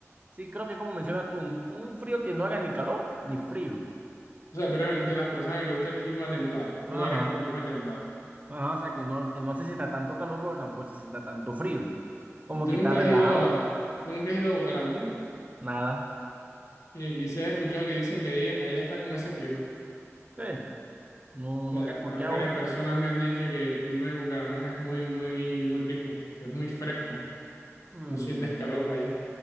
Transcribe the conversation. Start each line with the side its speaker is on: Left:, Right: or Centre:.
Right: sí, creo que como mencionas tú, un, un frío que no haga ni calor ni frío.
Left: O sea, tú eres
Right: Un-
Left: de las personas que le gusta el clima templado, lugares
Right: ajá,
Left: con clima templado.
Right: ajá, o sea, que no, que no se sienta tanto calor, pero tampoco se sienta tanto frío. Como
Left: Tú
Right: que
Left: nunca
Right: está relajado,
Left: has ido a, tú nunca has ido a Bucaramanga
Right: nada.
Left: y, y se ha escuchado que dicen que ahí, allá está como ese clima.
Right: Sí, no,
Left: O sea,
Right: nunca he escuchado.
Left: va- varias personas me han dicho que el clima de Bucaramanga es muy, muy, muy rico, que es muy fresco,
Right: mm,
Left: no sientes calor allá,